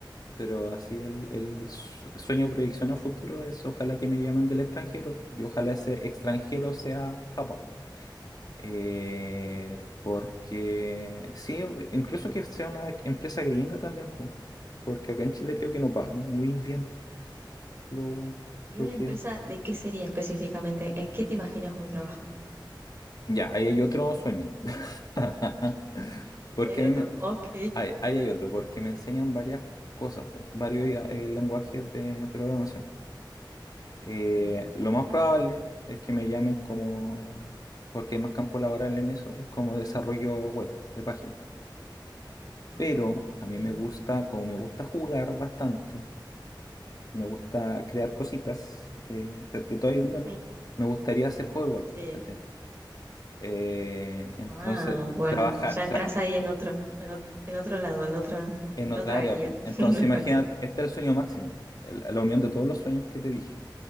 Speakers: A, on the left (about 50°); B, on the right (about 30°).
A: Pero así el, el
B: Sí.
A: su- sueño, proyección a futuro es ojalá que me llamen del extranjero y ojalá ese extranjero sea Japón. Eh, porque sí, incluso que sea una empresa gringa también, po, porque acá en Chile creo que no pagan muy bien lo,
B: ¿Y
A: lo
B: una
A: que...
B: empresa de qué sería específicamente? ¿En qué te imaginas vos trabajando?
A: Ya, ahí hay otro sueño. <laughs> Porque
B: Y hay
A: a
B: otro.
A: mí me...
B: Ok.
A: Ahí, ahí hay otro, porque me enseñan varias cosas, po, varios eh, lenguajes de programación. Eh,
B: Sí.
A: lo más probable es que me llamen como... Porque hay más campo laboral en eso, es como desarrollo web de páginas.
B: Ah,
A: Pero a
B: bien.
A: mí me gusta, como me gusta jugar bastante, me gusta crear cositas eh, de, de toda índole,
B: Ujú.
A: me gustaría hacer juego igual,
B: Sí.
A: po, ¿cachai? Eh, entonces,
B: Ah, bueno,
A: trabajar
B: ya entras
A: tra-
B: ahí en otro, en, ot- en otro lado, en otra,
A: en
B: en
A: otra
B: otra
A: área,
B: área,
A: po. Entonces,
B: <laughs> me
A: imagínate,
B: parece.
A: este es el sueño máximo, el- la unión de todos los sueños que te dije.